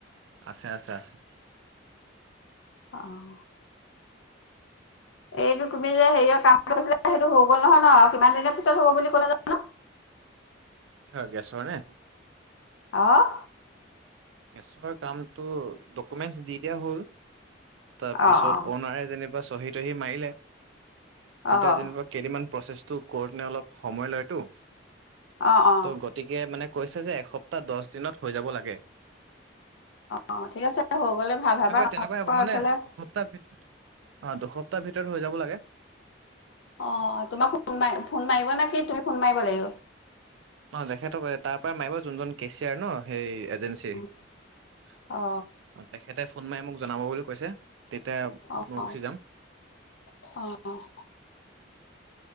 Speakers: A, on the right (about 75°); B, on the left (about 70°).
A: আছে, আছে, আছে।
B: আহ। এইটো তুমি যে হেৰিয় কাম ছিলে সেইটো হৈ গ'ল নহয় ন কিমান দিনৰ পিছত হ'ব বুলি ক'লে জানো।
A: কি হয় গেছৰ নে?
B: আহ
A: গেছৰ কামটো ডকুমেন্টচ দি দিয়া হ'ল। তাৰপিছত
B: অ অ
A: অনাৰে যেনিবা চহী তহি মাৰিলে।
B: অ
A: এতিয়া যেনিবা কেইদিনমান প্ৰচেছটো কৰোতে অলপ কৰোঁতে সময় লয়তো। ত'
B: অ অ
A: গতিকে মানে কৈছে যে এসপ্তাহ দহ দিনত হৈ যাব লাগে।
B: অ ঠিক আছে হৈ গ'লে ভাল
A: তেনেকুৱা
B: হয় বা নহ'লে
A: তেনেকুৱাই
B: আকৌ
A: হ'ব মানে
B: এইফালে
A: সপ্তাহ ভিত অ', দুসপ্তাহ ভিতৰত হৈ যাব লাগে।
B: অ', তোমাক ফোন মৰিব ফোন মাৰিব নে কি তুমি ফোন মাৰিব লাগিব?
A: অ', তেখেতৰ তাৰ পৰা মাৰিব যোনজন কেচিয়াৰ ন সেই জেনচিৰ
B: উম, অ
A: তেখেতে ফোন মাৰি মোক জনাব বুলি কৈছে। তেতিয়া
B: অ অ
A: মই
B: অ
A: গুচি যাম।
B: শুন